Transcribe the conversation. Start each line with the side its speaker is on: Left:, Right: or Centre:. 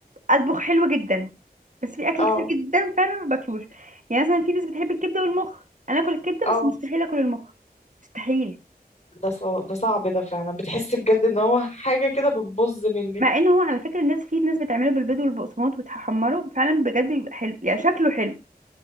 Right: اطبخ حلو جدا بس في اكل
Left: اه
Right: كتير جدا فعلا ما باكلوش يعني مثلا في ناس بتحب الكبدة والمخ انا اكل الكبدة
Left: اه
Right: بس مستحيل اكل المخ مستحيل
Left: ده صع- ده صعب ده فعلا بتحسي بجد ان هو حاجة كده بتبظ منك
Right: مع ان هو على فكرة الناس في ناس بتعمله بالبيض والبقسماط وتحمره فعلا بجد بيبقى حلو يعني شكله حلو